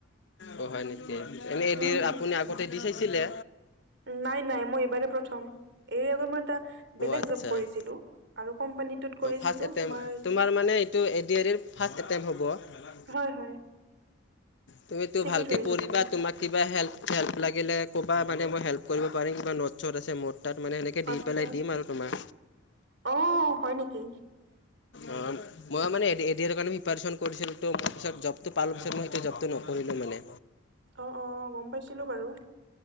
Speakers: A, on the left; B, on the right.
A: অ', হয় নেকি এনে এডি
B: উম
A: আৰি আপুনি আগতে দি চাইছিলে।
B: নাই, নাই মই এইবাৰ প্ৰথম। এই আগত মই এটা বেলেগ
A: আচ্ছা।
B: জব কৰিছিলোঁ
A: অ',
B: আৰু কোম্পানীটোত কৰিছিলো
A: ফাৰ্ষ্ট এটেম্প,
B: তোমাৰ
A: তোমাৰ
B: এ
A: মানে এইটো এ ডি এৰিৰ ফাৰ্ষ্ট এটেমট হ'ব।
B: হয় হয়
A: তুমিতো
B: ঠিকেই
A: ভালকে
B: ধৰিছা
A: পঢ়িবা
B: তুমি
A: তোমাক কিবা হেল্প হেল্প লাগিলে কবা মানে মই হেল্প কৰিব পাৰিম কিবা নোট শ্ব'ট আছে মোৰ। তাত মানে সেনেকৈ দি
B: আচ্ছা
A: পেলাই দিম আৰু তোমাক।
B: অ হয় নেকি
A: অ', মই মানে এ কাৰণে প্ৰিপাৰেচন কৰিছিলোঁতো। পিছত জবতটো পালো পিছত মই জবটো নকৰিলো মানে।
B: অ', অ', গম পাইছিলোঁ বাৰু।